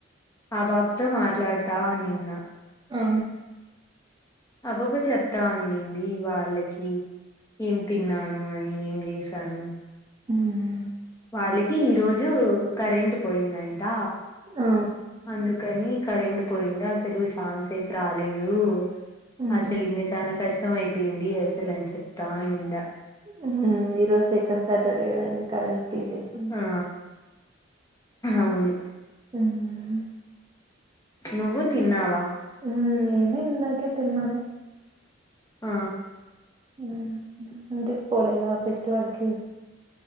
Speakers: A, on the left; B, on the right.
A: ఆ పాపతో మాట్లాడతా ఉన్నినా
B: ఆ ఆ
A: ఆ పాప చెప్తా అన్నింది వాళ్ళకి ఏం తిన్నాను అని ఏం చేసాను
B: ఉమ్
A: వాళ్ళకి ఈరోజు కరెంట్ పోయిందండి ట
B: ఆ
A: అందుకని కరెంట్ పోయింది అసలు చాన్సేపు రాలేదు
B: ఉమ్
A: ఆ సలింగ చాణక కష్టం అయిపోయింది అసలు అని చెప్తా నిండా
B: ఉమ్ ఈరోజు సెకండ్ సాటర్డే కదా కరెం తీసేసా
A: ఆ అవును
B: ఉమ్ హు
A: నువ్వు తిన్నావా
B: ఉమ్ నేను ఇందాకె తిన్న్నాను
A: ఆ
B: ఉమ్ అంటికి పోలేదా ఫెస్టివల్ కి